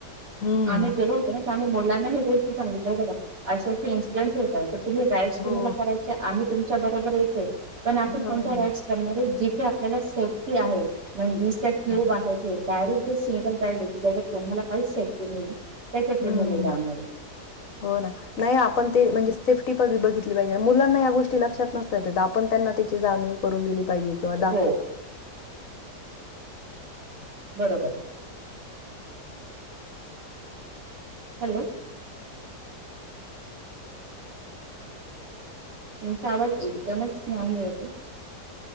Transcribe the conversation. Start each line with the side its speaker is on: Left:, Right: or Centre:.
Left: हम्म
Right: आम्ही गेलो होतो ना. मुलांना हे गोष्टी सांगितल्या ब का असे असे इन्सिडेंटस होतात. तम्ही राड
Left: हो
Right: तुमला कराय आम्ही तुमच्या बरोबर येतोय पण आपण
Left: हम्म
Right: कोण्या राड करणार. आपल्याला सेफ्टी आहे म्हणत
Left: हो
Right: क्यूब
Left: ना
Right: आहे. ते डायरेक्ट जे सिंगल जाय की त्याच्यात तुम्हाला काहीच सेफी नाही. त्याच्यात
Left: हम्म
Right: तुम्ही नाही जाणार आहे
Left: हो ना नाही आपण ते म्हणजे सेफ्टी बघितली पाहिजे मुलांना या गोष्टी लक्षात नसतात ते आपण त्यांना त्याची जानिव ून दिली पाहिजे त
Right: हो बरोबर आहे. हॅलो. त्यांचा आवाज एकदमच नाही होत.